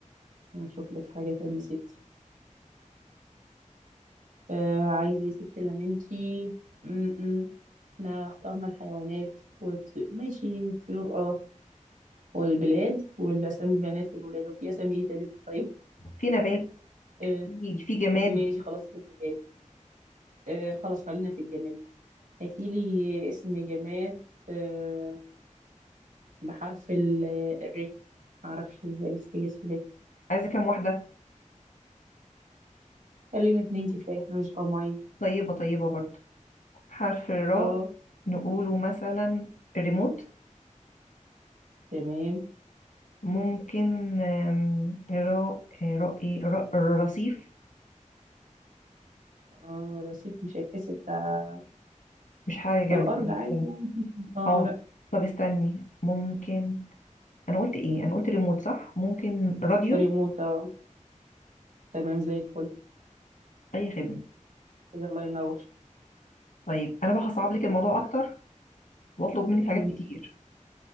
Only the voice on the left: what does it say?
في نبات
في في جماد
عايزة كام واحدة
طيبة طيبة برضو حرف الراء
نقوله مثلا الريموت
ممكن آم، راء آه، راء ايه راء الرصيف
مش حاجة جامدة
طب استني.
اه
طب استني ممكن انا قلت ايه انا قلت ريموت صح ممكن راديو
اي خدمة
طيب انا بقى هصعب لك الموضوع اكتر واطلب منك حاجات
كتير